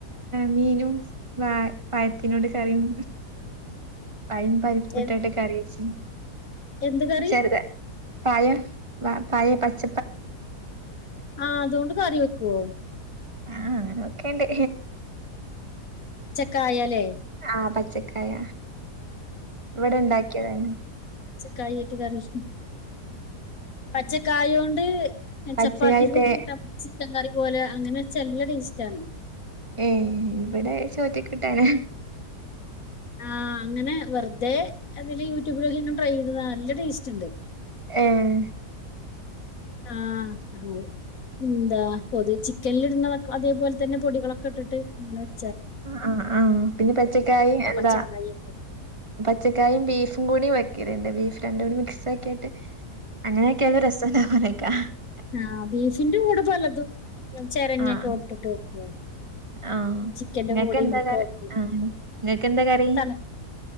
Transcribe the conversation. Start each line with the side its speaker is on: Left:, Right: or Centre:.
Right: മീനും വ പഴത്തിനോട് കറിയും പയം പരിപ്പിടാട്ട്
Left: എ
Right: കറി വെച്ച്
Left: എന്ത് കറി
Right: ചെറുത് പഴം പഴം പച്ച
Left: ആ അതുകൊണ്ട് കറി വെക്കുവോ
Right: ആ അങ്ങനെ വെക്കലുണ്ട്
Left: കായാലേ
Right: ആ പച്ചക്കായ ഇവിടെ ഉണ്ടാക്കിയതാണ്
Left: പച്ച കായ കറി പച്ചക്കായ കൊണ്ട്
Right: പച്ചക്കായ
Left: ചപ്പാത്തിക്ക്
Right: തേ
Left: കൂട്ടാൻ ചിക്കൻ കറി അതു പോലെ അങ്ങനെ വെച്ചൽ നല്ല ടേസ്റ്റേണ്
Right: ഏ ഇവിടെ ചോറ്റ്ക്ക് കൂട്ടാന
Left: ആഹ് അങ്ങനെ വെറുതെ അതില് യൂട്യൂബിലൊക്കെ ഇങ്ങനെ ട്രൈ ചെയ്തത നല്ല ടേസ്റ്റ് ഉണ്ട് <inaudible>
Right: ഏഹ്
Left: ആ ആ എന്താ പൊതു ചിക്കനിൽ ഇടുന്ന അതേപോലെ തന്നെ പൊടികളൊക്കെ ഇട്ടിട്ട് അങ്ങനെ വെച്ച്
Right: ആ ആ പിന്നെ പച്ചക്കായി എന്താ
Left: പച്ചക്കായി
Right: പച്ചക്കായും ബീഫും കൂടിയും വെക്കറുണ്ട് ബീഫ് രണ്ടും കൂടി മിക്സ് ആക്കിയിട്ട് അങ്ങനെയൊക്കെ അത് രസം ന്താ പോനേക്കാ <unintelligible>
Left: ആ ബീഫിന്റെ കൂട് പലതും ചിരങ്ങക്കെ
Right: ആഹ്
Left: ഇട്ടിട്ട് വെക്കു
Right: ആഹ്
Left: ചിക്കന്റെ
Right: ഇങ്ങക്ക്
Left: കുടേം
Right: എന്താ
Left: ഒക്കെ
Right: കറി
Left: വെക്കും
Right: ആഹ് ഇങ്ങക്ക് എന്താ കറി
Left: തനു <unintelligible>